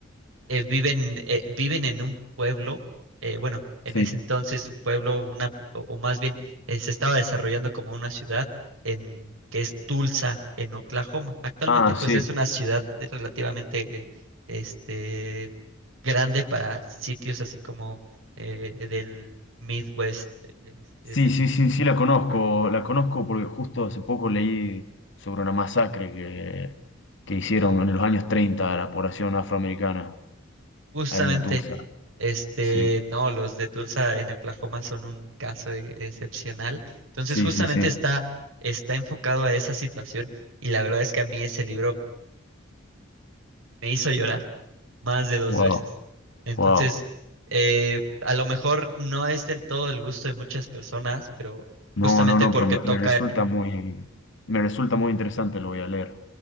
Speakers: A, on the right (about 80°); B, on the left (about 65°).
A: eh, viven, eh, viven en un pueblo, eh, bueno, en
B: sí.
A: ese entonces un pueblo, una, o o más bien eh, se estaba desarrollando como una ciudad en, que es Tulsa, en Oklahoma. Actualmente
B: Ah,
A: pues
B: sí.
A: es una ciudad relativamente eh, este, grande para sitios así como eh, del Midwest, este,
B: Sí,
A: del
B: sí, sí, sí la conozco, la conozco porque justo hace poco leí sobre una masacre que, que hicieron en los años 30 a la población afroamericana
A: Justamente,
B: ahí en Tulsa.
A: este,
B: Sí,
A: no, los de Tulsa en Oklahoma son un caso e- excepcional. Entonces,
B: sí,
A: justamente
B: sí, sí.
A: está, está enfocado a esa situación y la verdad es que a mí ese libro me hizo llorar más de dos
B: wow
A: veces. Entonces,
B: Wow.
A: eh, a lo mejor no es del todo el gusto de muchas personas, pero
B: No,
A: justamente
B: no, no,
A: porque
B: pero me,
A: toca,
B: me resulta muy, me resulta muy interesante, lo voy a leer.